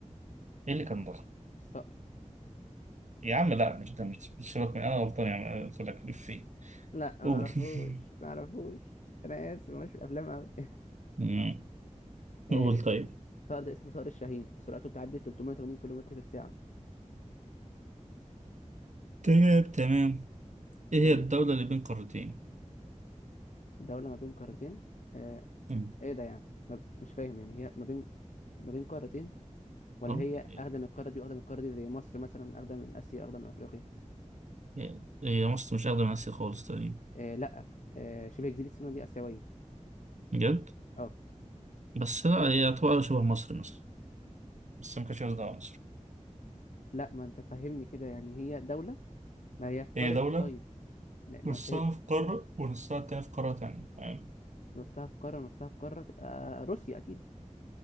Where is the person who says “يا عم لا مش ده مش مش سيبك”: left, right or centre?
Right